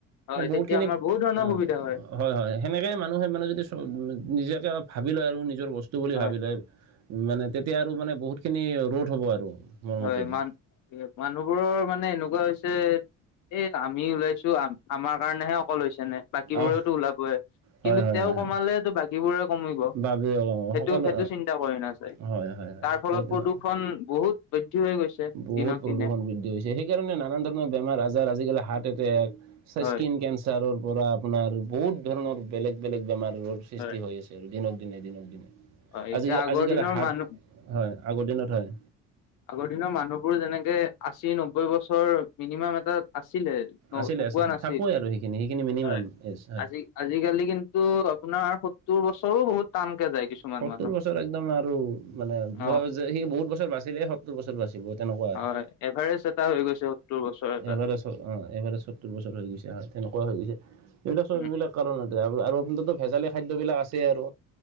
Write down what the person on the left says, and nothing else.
হয়
তেতিয়া আমাৰ বহুত ধৰণৰ
সুবিধা
হয়
হয়
মান মানুহবোৰৰ মানে এনেকুৱা হৈছে। এ আমি ওলাইছো আম আমাৰ কাৰণেহে অকল হৈছে নে? বাকী বোৰেওতো
ওলাবই
কিন্তু
তেওঁ
কমালেটো
বাকীবোৰেও কমিব
সেইটো
সেইটো চিন্তা। টা কৰি নাচায়
তাৰ ফলত প্ৰদূষণ বহুত বৃদ্ধি হৈ গৈছে।
দিনক
দিনে
হয়
হয়
অ এতিয়া
আগৰ
দিনৰ
মানুহ
আগৰ দিনৰ মানুহবোৰ যেনেকে আশী নব্বৈ বছৰ মিনিমাম এটা। আছিলে ন
ধুকোৱা
নাছিল
হয়,
আজি আজিকালি কিন্তু আপোনাৰ সত্তোৰ বছৰো বহুত টানকে যায়। কিছুমান
মানুহ
অ
হয়
এভাৰেজ এটা হৈ গৈছে সত্তৰ বছৰ এটা
উম